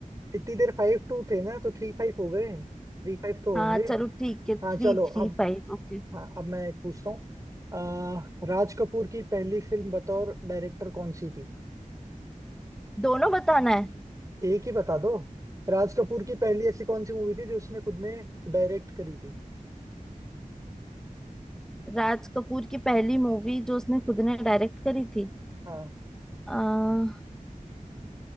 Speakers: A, on the right (about 25°); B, in the centre.
A: इतनी देर फाइव टू थे ना तो थ्री फाइव हो गए थ्री फाइव तो होंगे
B: हाँ चलो ठीक है थ्री
A: हाँ चलो
B: थ्री
A: अब
B: फाइव ओके
A: हाँ अब मैं एक पूछता हूँ आ, राज कपूर की पहली फिल्म बतौर डायरेक्टर कौन सी थी
B: दोनों बताना है
A: एक ही बता दो राज कपूर की पहली ऐसी कौन सी मूवी थी जो उसने खुद ने डायरेक्ट करी थी
B: राज कपूर की पहली मूवी जो उसने खुद ने डायरेक्ट करी थी
A: हाँ
B: आ,